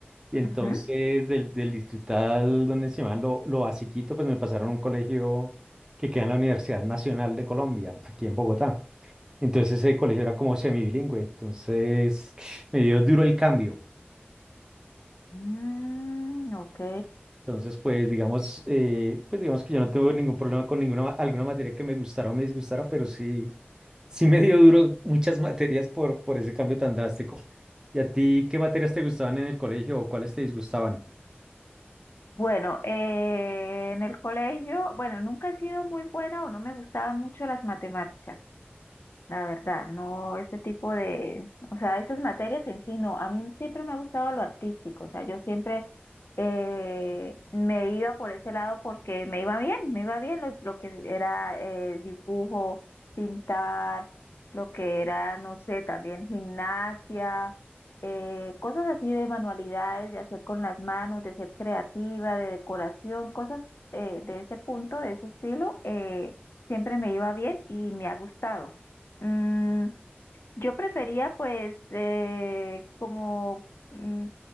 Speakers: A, on the right; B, on the left.
A: Y entonces
B: Ujú.
A: del, del distrital donde se llamaban lo, lo basiquito, pues me pasaron a un colegio que queda en la Universidad Nacional de Colombia, aquí en Bogotá. Entonces ese colegio era como semibilingüe, entonces <sniffs> me dio duro el cambio.
B: Mm, ok.
A: Entonces, pues digamos, eh, pues digamos que yo no tengo ningún problema con ninguna ma- alguna materia que me gustara o me disgustara, pero sí, sí me dio duro muchas materias por, por ese cambio tan drástico. ¿Y a ti qué materias te gustaban en el colegio o cuáles te disgustaban?
B: Bueno, eh, en el colegio, bueno, nunca he sido muy buena o no me gustaban mucho las matemáticas. La verdad, no ese tipo de, o sea, esas materias en sí, no, a mí siempre me ha gustado lo artístico, o sea, yo siempre eh, me iba por ese lado porque me iba bien, me iba bien lo, lo que era eh, dibujo, pintar, lo que era, no sé, también gimnasia, eh, cosas así de manualidades, de hacer con las manos, de ser creativa, de decoración, cosas eh, de ese punto, de ese estilo, eh, siempre me iba bien y me ha gustado. Mm, yo prefería pues eh, como mm,